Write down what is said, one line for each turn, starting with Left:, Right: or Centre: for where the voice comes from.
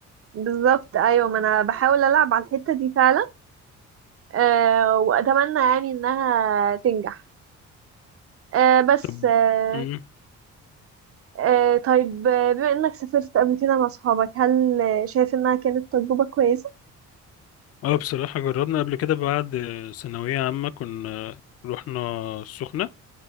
Right: بالظبط ايوه ما انا بحاول العب على الحتة دي فعلا آه، واتمنى يعني انها تنجح آه، بس
Left: طب
Right: آه،
Left: امم
Right: آه، طيب آه، بما انك سافرت قبل كده مع صحابك هل آه، شايف انها كانت تجربة كويسة؟
Left: اه بصراحة جربنا قبل كده بعد ثانوية عامة كنا رحنا السخنة